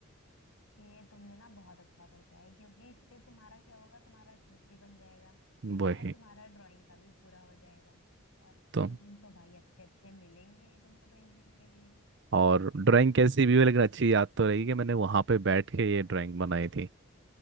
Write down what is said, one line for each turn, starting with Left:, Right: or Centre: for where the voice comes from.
Left: ये तुमने ना बहुत अच्छा सोचा है क्योंकि इससे तुम्हारा क्या होगा तुम्हारा ट्रिप भी बन जाएगा
Right: वही
Left: और तुम्हारा ड्राइंग का भी पूरा हो जाएगा और सीन
Right: तो
Left: तो भाई अच्छे अच्छे मिलेंगे ही तुमको पेंटिंग के लिए
Right: और ड्राइंग कैसी भी हो लेकिन अच्छी याद तो रहेगी कि मैंने वहाँ पे बैठ के ये ड्राइंग बनाई थी